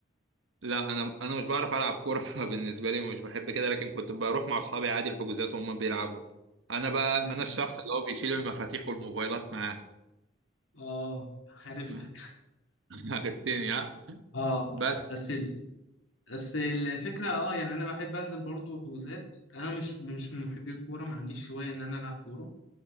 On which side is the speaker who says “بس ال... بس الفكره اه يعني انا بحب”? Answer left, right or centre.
Left